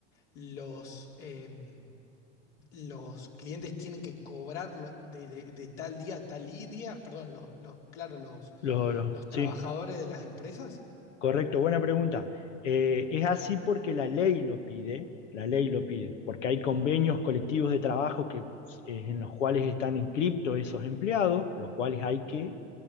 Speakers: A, on the left (about 70°); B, on the left (about 85°).
A: los, em, los clientes tienen que cobrarlo de, de- de tal día a tal y día? Perdón, los, los, claro, los,
B: los, los-
A: los
B: sí.
A: trabajadores de las empresas.
B: Correcto, buena pregunta. Eh, es así porque la ley lo pide, la ley lo pide, porque hay convenios colectivos de trabajo que, eh, en los cuales están inscriptos esos empleados, los cuales hay que